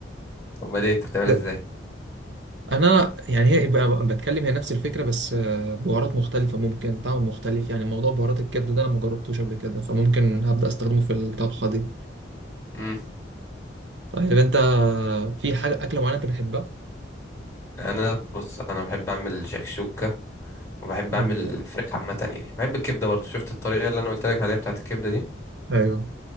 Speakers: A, on the left; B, on the right.
A: <laughs> امال ايه انت بتعملها
B: ده-
A: ازاي؟
B: انا يعني هي بقى بتكلم هي نفس الفكره بس آه، بهارات مختلفه ممكن طعم مختلف يعني موضوع بهارات الكبده ده انا ما جربتوش قبل كده فممكن هبدا استخدمه في الطبخه دي
A: امم
B: طيب انت في حاجه اكله معينه انت بتحبها
A: انا بص انا بحب اعمل شكشوكة وبحب
B: جميل
A: اعمل فراخ عامة يعني بحب الكبدة برضو شفت الطريقة اللي انا قلت لك عليها بتاعت الكبدة دي
B: ايوه